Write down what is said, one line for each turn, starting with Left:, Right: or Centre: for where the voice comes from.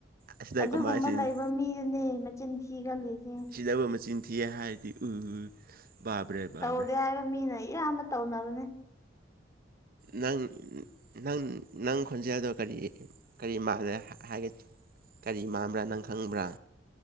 Right: ꯑꯁꯤꯗ
Left: ꯑꯗꯨꯒꯨꯝꯕ
Right: ꯀꯃꯥꯏ ꯆꯤꯟ
Left: ꯂꯩꯕ ꯃꯤꯗꯨꯅꯦ ꯃꯆꯤꯟ ꯊꯤ ꯀꯤꯒꯜꯂꯤꯁ‌ꯦ
Right: ꯁꯤꯤꯗꯕꯨ ꯃꯆꯤꯟ ꯊꯤꯑ ꯍꯥꯏꯔꯗꯤ ꯎ ꯕꯥꯕ꯭ꯔꯦ ꯕꯥꯕ꯭ꯔꯦ
Left: ꯇꯧꯗꯦ ꯍꯥꯏꯕ ꯃꯤꯅ ꯏꯌꯥꯝꯕ ꯇꯧꯅꯕꯅꯦ
Right: ꯅꯪ ꯅꯪ ꯅꯪ ꯈꯣꯟꯖꯦꯜꯗꯣ ꯀꯔꯤ ꯀꯔꯤ ꯃꯥꯟꯂ‌ꯦ ꯍꯥꯏꯒ ꯒꯥꯔꯤ ꯃꯕ꯭ꯔꯥ ꯅꯪ ꯈꯪꯕ꯭ꯔꯥ